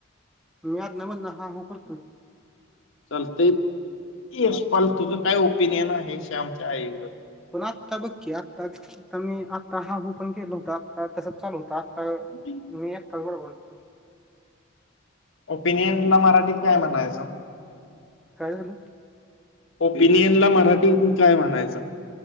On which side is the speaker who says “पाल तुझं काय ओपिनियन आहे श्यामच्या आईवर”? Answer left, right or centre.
Left